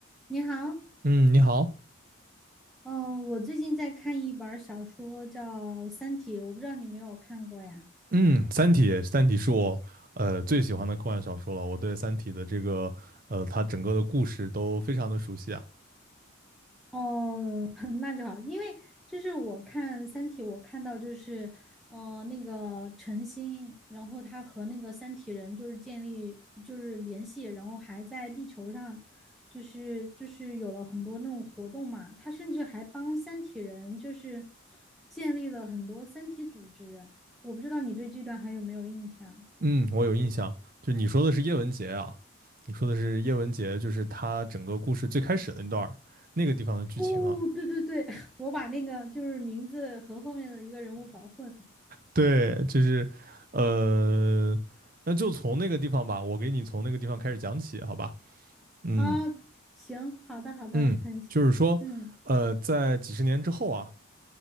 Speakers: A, in the centre; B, on the right.
A: 你好，
B: 嗯，你好。
A: 嗯，我最近在看一本儿小说，叫《三体》，我不知道你有没有看过呀？
B: 嗯，《三体》《三体》是我呃最喜欢的科幻小说了。我对《三体》的这个呃它整个的故事都非常的熟悉啊。
A: 哦，<laughs> 那就好，因为就是我看《三体》，我看到就是，呃，那个陈星，然后他和那个三体人就是建立就是联系，然后还在地球上，就是就是有了很多那种活动嘛，他甚至还帮三体人就是建立了很多三体组织，我不知道你对这段还有没有印象？
B: 嗯，我有印象。就你说的是叶文洁啊，你说的是叶文洁，就是他整个故事最开始的那段儿那个地方的剧情啊。
A: 哦，对对对，<laughs> 我把那个就是名字和后面的一个人物搞混
B: 对，就是呃，那就从那个地方吧，我给你从那个地方开始讲起，好吧？嗯
A: 啊。行，好的好的，
B: 嗯，
A: 很谢谢嗯，
B: 就是说。呃，在几十年之后啊，